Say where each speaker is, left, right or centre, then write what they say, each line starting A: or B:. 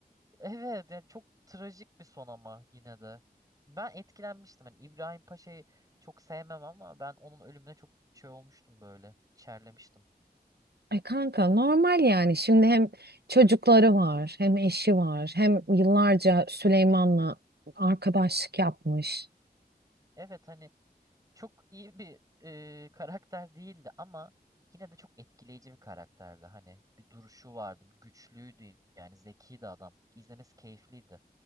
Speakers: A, on the right; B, on the right.
A: evet yani çok trajik bir son ama yine de. Ben etkilenmiştim. Hani İbrahim Paşa'yı çok sevmem ama ben onun ölümüne çok şey olmuştum böyle. İçerlemiştim.
B: Ay kanka normal yani. Şimdi hem çocukları var, hem eşi var, hem yıllarca Süleyman'la arkadaşlık yapmış.
A: Evet hani çok iyi bir e, karakter değildi ama yine de çok etkileyici bir karakterdi. Hani bir duruşu vardı, güçlüydü yani zekiydi adam. İzlemesi keyifliydi.